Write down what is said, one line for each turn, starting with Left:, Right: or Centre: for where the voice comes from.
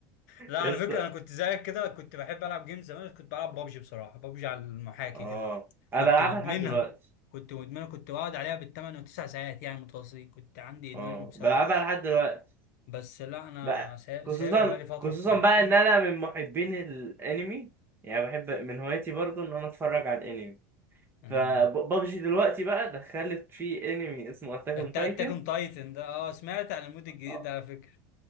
Left: لا
Right: يس
Left: على فكره انا كنت زيك كده كنت بحب العب جيم زمان بس كنت بلعب بابجي بصراحه بابجي على المحاكي
Right: اه
Left: كده
Right: انا
Left: كنت
Right: بلعبها
Left: مدمنها
Right: لحد دلوقتي
Left: كنت مدمنها كنت بقعد عليها بالثمان وتسع ساعات يعني متواصلين كنت عندي ادمان
Right: اه
Left: بسببها
Right: بلعبها لحد دلوقتي
Left: بس لا انا
Right: بقى
Left: ساي-
Right: خصوصا
Left: سايبها بقالي فتره
Right: خصوصا
Left: بصراحه
Right: بقى ان انا من محبين الانمي يعني بحب من هوايتي برضو ان انا اتفرج على الانمي
Left: آه.
Right: فببجي دلوقتي بقى دخلت في انمي اسمه اتاك اون
Left: بتاع
Right: تايتن
Left: اتاك اون تايتن ده اه سمعت عن المود الجديد
Right: اه
Left: ده على فكره